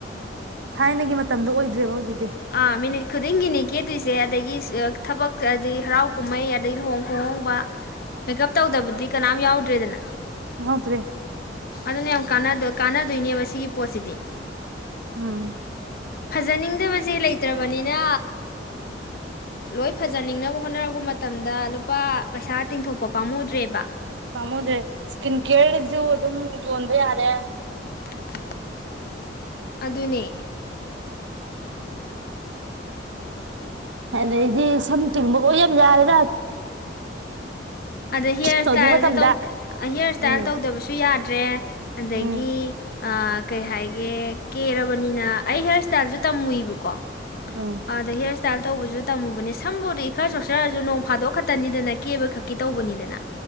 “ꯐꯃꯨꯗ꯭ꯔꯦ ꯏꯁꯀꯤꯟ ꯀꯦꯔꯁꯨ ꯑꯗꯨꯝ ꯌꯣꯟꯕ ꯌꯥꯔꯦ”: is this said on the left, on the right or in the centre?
Right